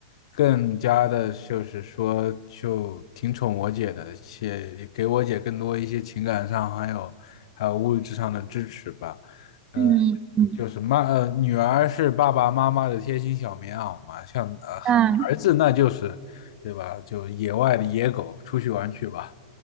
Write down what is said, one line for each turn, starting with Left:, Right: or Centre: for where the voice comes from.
Left: 更加的就是说就挺宠我姐的，且给我姐更多一些情感上还有还有物质上的支持吧。呃，
Right: 嗯嗯，
Left: 就是妈，呃，女儿是爸爸妈妈的贴心小棉袄嘛，像呃孩儿子那就是，
Right: 嗯
Left: 对吧？就野外的野狗，出去玩去吧。